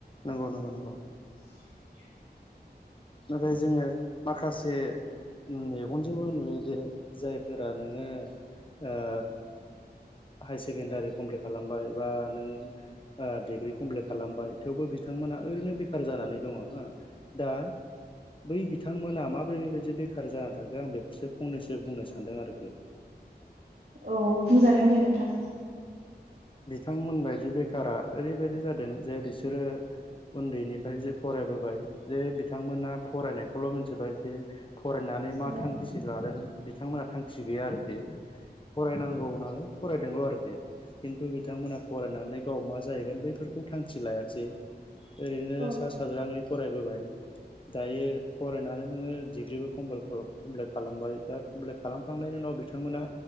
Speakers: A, on the left; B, on the right.
A: नंगौ नंगौ नंगौ
B: <inaudible>
A: ओफ्राय जोङो माखासे मेगनजोंबो नुयो जे जायफोरा नोङो ओ हायार सेकेण्डारि कमप्लिट खालामबाय बा नों डिग्रि कमप्लिट खालामबाय थेवबो बिथां बिथांमोना ओरैनो बेखार जानानै दङ हा दा बै बिथांमोना माबोरै बेबायदि बेखार जा थाखो आं बेखौसो फंनैसो बुंनो सानदों आरोखि। <inaudible>
B: औ बुंजागोन दे नोंथां।
A: बिथांमोनबायदि बेखारा ओरैबायदि जादों जे बिसोरो उन्दैनिफ्राय जे फरायबोबाय जे बिथांमोना फरायनायखौल' मिथिबाय जे फरायनानै मा
B: औ
A: थांखि लादों बिथांमोनहा थांखि गैया आरोखि फरायनांगौ नालाय फरायदोंल' आरोखि खिन्थु बिथांमोना फरायनानै मे गाव मा जाहैगोन बैफोरखौ थांखि लायाखिसै ओरैनो
B: औ
A: सा साज्राङै फरायबोबाय। दायो फरायनानै नोङो डिग्रिबो खालामबाय दा कमपट खालामखांनायनि उनाव बिथांमोना